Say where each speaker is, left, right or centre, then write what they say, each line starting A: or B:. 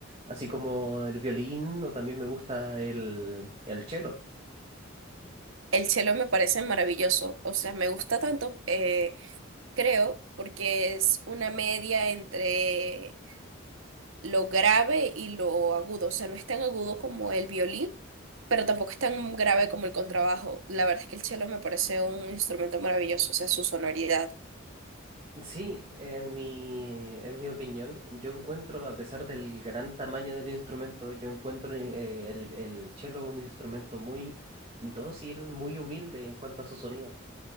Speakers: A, on the right (about 30°); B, on the right (about 70°).
A: así como el violín o también me gusta el, el cello.
B: El cello me parece maravilloso, o sea, me gusta tanto. eh, creo, porque es una media entre lo grave y lo agudo. O sea, no es tan agudo como el violín, pero tampoco es tan grave como el contrabajo. La verdad es que el cello me parece un instrumento maravilloso, o sea, su sonoridad.
A: Sí, en mi, en mi opinión, yo encuentro, a pesar del gran tamaño del instrumento, yo encuentro eh, el, el cello un instrumento muy dócil, muy humilde en cuanto a su sonido.